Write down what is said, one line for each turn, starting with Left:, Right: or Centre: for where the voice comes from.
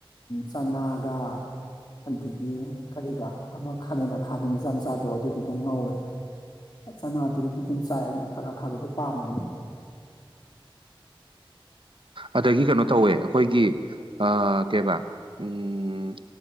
Left: ꯆꯅꯥꯒ ꯑꯗꯒꯤ ꯀꯕꯥ ꯑꯃ ꯈꯥꯃꯦꯟ ꯑꯈꯥꯕꯤ ꯃꯆꯥ ꯃꯆꯥꯗꯣ ꯑꯗꯨꯗꯨꯒ ꯉꯧꯏꯤ ꯑꯆꯥꯅ ꯑꯗꯨꯗꯤ ꯆꯥꯏ ꯈꯔ ꯈꯥꯕꯤꯗꯣ ꯄꯥꯝꯝꯕꯅꯤꯅ
Right: ꯑꯗꯒꯤ ꯀꯩꯅꯣ ꯇꯧꯋꯦ ꯑꯩꯈꯣꯏꯒꯤ ꯀꯩꯕꯥ ꯎꯝ